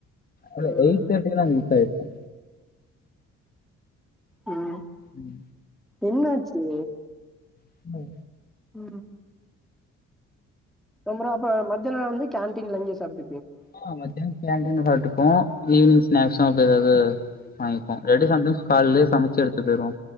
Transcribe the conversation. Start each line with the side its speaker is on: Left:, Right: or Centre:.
Left: இல்ல
Centre: ம்
Left: எயிட் தேட்டிகுன்னா அங்க ரீச் ஆயிருப்பே
Centre: ம்
Left: ம்
Centre: என்னாச்சி
Left: என்னது
Centre: ம் றம் ப்ரோ அப்ப மத்யானோ வந்து கேன்டீன்ல இங்கயே சாப்ட்
Left: ஆ மத்யானோ கேன்டீன்ல சாப்ட்டுப்போ ஈவினிங் ஸ்னேக்ஸு அப்டி ஏதாது வாங்கிப்போ இல்லாட்டி சம் டைம்ஸ் கால்லயே சமச்சி எடுத்துட்டு போய்ருவோ